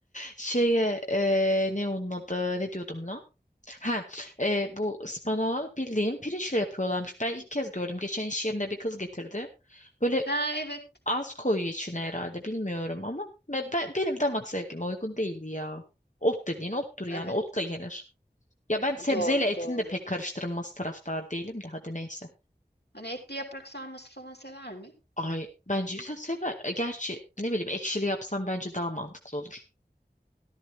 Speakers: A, on the left; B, on the left.
A: Şeye e, ne onun adı ne diyordum lan? Ha e, bu ıspanağı bildiğim pirinçle yapıyorlarmış. Ben ilk kez gördüm. Geçen iş yerinde bir kız getirdi. Böyle
B: Ha evet.
A: az koyuyor içine herhalde bilmiyorum ama ve ben, benim damak zevkime uygun değildi ya. Ot dediğin ottur yani
B: Evet.
A: otla yenir. Ya ben sebzeyle
B: Doğru
A: etin
B: doğru.
A: de pek karıştırılması taraftar değilim de hadi neyse.
B: Hani etli yaprak sarması falan sever mi?
A: Ay bence sen sever. E, Gerçi ne bileyim ekşili yapsam bence daha mantıklı olur.